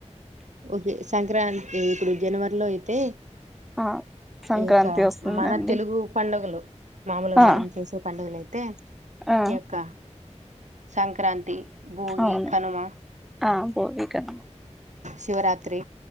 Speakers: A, on the right (about 80°); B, in the centre.
A: ఓకే సంక్రాంతి ఇప్పుడు జనవరిలో అయితే
B: ఆ సంక్రాంతి
A: ఈ యొక్క
B: వస్తుందండి
A: మన తెలుగు పండుగలు మామూలుగా
B: ఆ
A: మనం చేసే పండుగలయితే
B: ఆ
A: ఈ యొక్క సంక్రాంతి భోగి,
B: అవును
A: కనుమ,
B: ఆ పోవకమ్
A: శివరాత్రి